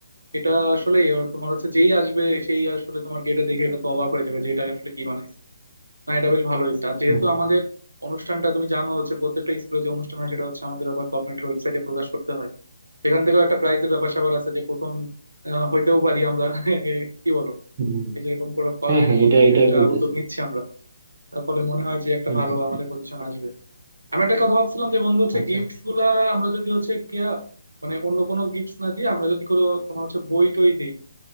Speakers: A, on the right; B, on the right.
A: এটা আসলে ওর তোমার হচ্ছে যেই আসবে সেই আসলে তোমার গেটে দেখে এটা তো অবাক হয়ে যাবে যে এটা আসলে কি বানাইছে না এটা বেশ ভালো হয়েছে আর যেহেতু
B: হুম হুম
A: আমাদের অনুষ্ঠানটা তুমি জানো হচ্ছে প্রত্যেকটা স্কুলে যে অনুষ্ঠান হয় সেটা হচ্ছে আমাদের আবার গভর্নমেন্টের ওয়েবসাইটে প্রকাশ করতে হয় সেখান থেকেও একটা প্রাইজের ব্যাপার স্যাপার আছে যে প্রথম আহ, হইতেও পারি আমরা <laughs> এ, কি বলো
B: হুম
A: এই যে এরকম করে
B: হ্যাঁ
A: এরকম
B: হ্যাঁ এটা এটাই
A: যেটা
B: বলতেছি
A: উদ্যোগ নিচ্ছি আমরা তার ফলে মনে হয় যে একটা
B: হম
A: ভালো
B: হম
A: আমাদের পজিশন আসবে আমি একটা কথা ভাবছিলাম যে বন্ধু হচ্ছে
B: আচ্ছা
A: গিফটস গুলা আমরা যদি হচ্ছে গিয়া মানে অন্য কোনো গিফটস না দিয়ে আমরা যদি কোনো তোমার হচ্ছে বই টই দিই